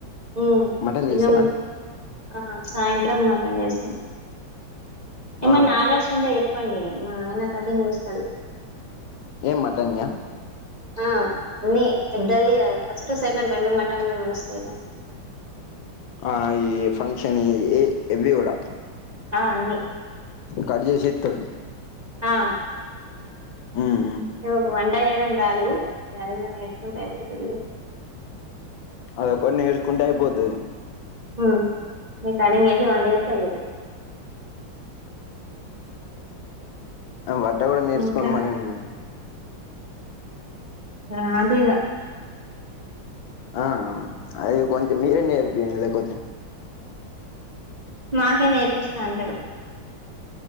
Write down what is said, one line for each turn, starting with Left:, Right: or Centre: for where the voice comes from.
Right: ఉమ్
Left: మటన్ చేస్తారా
Right: ఇక. ఆ సాయంత్రం మాటన్ చేస్తాం. ఏమన్నా
Left: ఆ
Right: ఆదర్స్ ఉంటే చెప్పండి మా ఏయనా కఠంగ్ చూస్తడు.
Left: ఏం మాటన్యా.
Right: ఆ అన్ని పెద్దది ఫస్ట్ సెకండ్ రెండు మఠల్లో నడుస్తయి మాకు.
Left: ఆ ఈ ఫంక్షన్ ఏ ఇవి కూడా.
Right: ఆ అన్నీ.
Left: కట్ చేసి ఇత్తడు.
Right: ఆ.
Left: ఉ ఉ.
Right: ఇ ఒక వంట చేయడం రాదు ఇ అది కూడా నేర్చుకుంటే అయిపోతది ఇగ.
Left: అదొకటి నేర్చుకుంటే అయిపోతది.
Right: అవును రికార్డింగ్ చేసి వంట చేస్తే అయిపోతది.
Left: వంట కూడా నేర్చుకున్నామనండి
Right: ఇంకా
Left: మరి.
Right: రాదు ఇగ.
Left: ఆ అది కొంచెం మీరే నేర్పియండి లేకపోతే.
Right: మాకే నేర్పిస్తా అంటాడు.